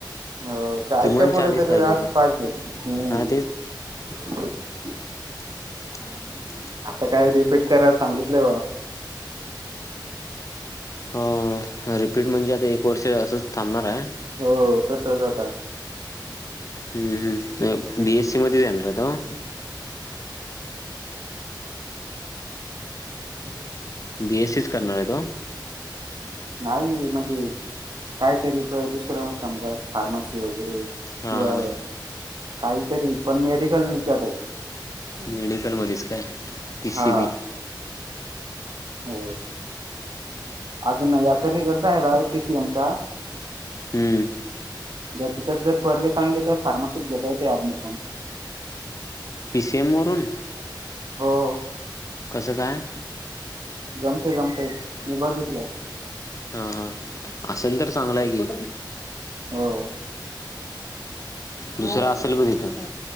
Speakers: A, on the right (about 65°); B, on the left (about 45°).
A: हो चायच्या
B: किमान
A: पुढे
B: चाळीस
A: तरी
B: पाहिजे
A: अस
B: होते
A: पाहिजेत हम्म
B: हा
A: <inaudible>
B: ह <inaudible>
A: आता काय रिपीट करा सांगितलं बा <inaudible>
B: हो रिपीट म्हणजे आता एक वर्ष असंच थांबणार आहे
A: हो तस झाता
B: हम्म हम् बीएससी मध्ये जाणार आहे तो <inaudible>
A: <inaudible>
B: बी एस एस करनारद <inaudible>
A: नाही म्हणजे <inaudible> काहीतरी ब दुसरं म समजा फार्मसी वगैरे किंवा
B: हां हां
A: काही तरी पण मेडिकल निच्यातच <inaudible>
B: मेडिकल मध्येच काय पीसीबी
A: हा हो अजून पीसीएम चा रिझल्ट राहिला आहे आता आहे प
B: हम्म
A: ज तुच्यात जर पडले चांगले तर फार्मसीत घेता येते ऍडमिशन
B: डिसेबरून
A: हो
B: कसं काय
A: जमते जमते मी बघितले.
B: हां हां असेल तर चांगलंय की
A: हो
B: दुसरं असेल ब तिथं